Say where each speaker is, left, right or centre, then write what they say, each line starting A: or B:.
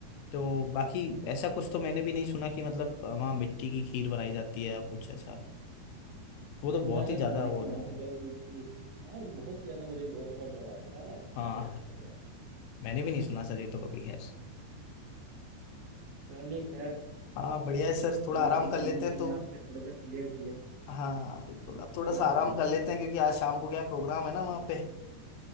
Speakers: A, on the left; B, on the right.
A: तो बाकी
B: हम्म। हम्म।
A: ऐसा कुछ तो मैंने भी नहीं सुना कि मतलब अ, वहाँ मिट्टी की खीर बनाई जाती है या कुछ ऐसा वो तो
B: मैंने
A: बहुत ही ज्यादा
B: सुना है
A: वो
B: कि वहां
A: हो जाएगा
B: से लोग मिट्टी हाँ वो बहुत ही ज्यादा मुझे awkward लगा कि यार ऐसे कैसे
A: हाँ
B: हो सकता है
A: <laughs>
B: यार
A: मैंने भी नहीं सुना सर ये तो कभी खैर
B: चलिए खैर
A: हाँ बढ़िया है सर थोड़ा
B: ये
A: आराम
B: चीज
A: कर
B: कहीं
A: लेते
B: ना कहीं
A: हैं तो
B: आपने थोड़ा सा क्लियर की है
A: हाँ बिल्कुल आप थोड़ा
B: जी
A: सा
B: बिल्कुल
A: आराम
B: बिल्कुल
A: कर लेते हैं क्योंकि आज शाम को क्या प्रोग्राम है ना वहाँ पे